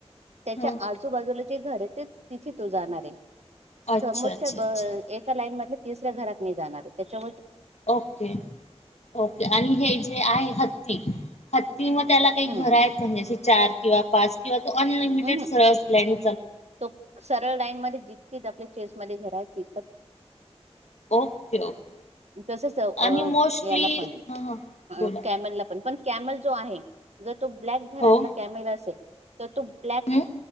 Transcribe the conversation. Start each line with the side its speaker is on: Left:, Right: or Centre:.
Right: त्याच्या
Left: ह
Right: आजूबाजूला जे घर आहे. ते तिथे तो जाणार आहे
Left: अच्छा
Right: समोरच्या
Left: अच्छा अच्छा
Right: अ लाईन तिसऱ्या घरात नाही जाणार. त्याच्या
Left: ओके, ओके आणि हे जे आहे हत्ती हत की, मग त्याला काही घर
Right: हम्म
Left: आहेत म्हणजे चार किंवा पाच किंवा अनलिमिटेड
Right: हम्म
Left: सोर्स असल्याने
Right: तो सरळ लाईन मध्ये जितकेच आपल्या चेस मध्ये घर आहेत ती
Left: ओके ओके
Right: तसच
Left: आणि मोस्टली
Right: याला पण आहे
Left: हां हां बोला
Right: कॅमला पण अ. कॅमल जो आहे जर कॅ तो ब्लॅक घरातला
Left: हो
Right: कॅमेल असेल तर तो ब्लॅक,
Left: हं.